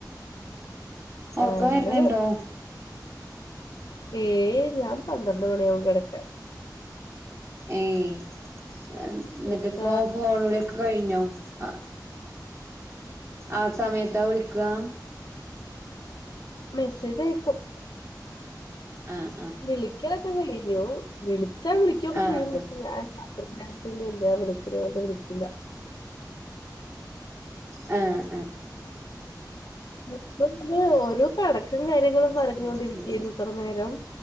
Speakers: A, on the right (about 35°); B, on the left (about 70°).
A: ഉറക്കം
B: അങ്ങനെ
A: വരുന്നുണ്ടോ
B: ഏയ് ഞൻ പന്ത്രണ്ട് മണി അവൻ കിക്ക
A: ഏയ് എൻ ന്നിട്ട്പ്പൊ
B: ഇക്ക
A: ഫോണിവിളിയൊക്കെ കഴിഞ്ഞോ ആ ആ സമയത്താ വിളിക്കാ
B: മെസ്സേജ് അയക്കും
A: ആഹ്
B: വിളിക്കലൊക്കെ കഴിഞ്ഞു വിളിച്ചാ വിളിക്കൊക്കെ
A: ആഹ് ആഹ്
B: ചെയ്യും പക്ഷെ ഞാൻ ഞാ പിന്നെ എന്താ വിളിക്ക്‌നോണ്ട് വിളിക്കില്ല
A: ആ ആ
B: ഇപ്പ ത് ഓരോ കണക്കും കാര്യങ്ങളും പറഞ്ഞൊണ്ടിരിക്കേന്
A: അത് ശരി
B: ഇത്ര നേരം